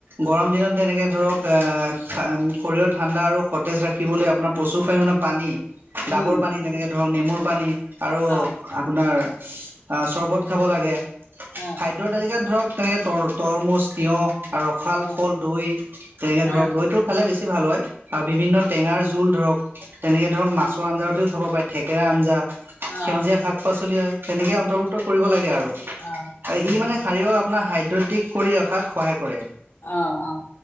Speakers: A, on the right; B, on the left.
A: গৰম দিনত তেনেকে ধৰক শৰীৰৰ ঠাণ্ডা আৰু সতেজ ৰাখিবলৈ আপোনাৰ প্ৰচুৰ পৰিমাণৰ পানী
B: উম
A: ডাবৰ পানী তেনেকে ধৰক নেমুৰ পানী আৰু
B: অ
A: আপোনাৰ আহ চৰ্বত খাব লাগে
B: অ
A: খাদ্যৰ তালিকাত ধৰক তেনেকে ত তৰমুজ তিয়হ আৰু ৰসাল
B: অ
A: ফল দৈ তেনেকে
B: অ
A: ধৰক
B: অ
A: দৈতটো খালে বেছি ভাল হয় আৰু বিভিন্ন টেঙ যুল ধৰক তেনেকে ধৰক মাছৰ আঞ্জাতেও খাব পাৰে থেকেৰা আঞ্জা
B: অ
A: সেউজীয়া শাক পাচলি তেনেকৈ অন্তৰ্ভুক্ত কৰিব লাগে আৰু।
B: অ
A: ই মানে শাৰীক আপোনাৰ হাইড্ৰটিক কৰি ৰখাত সহায় কৰে।
B: আহ আহ।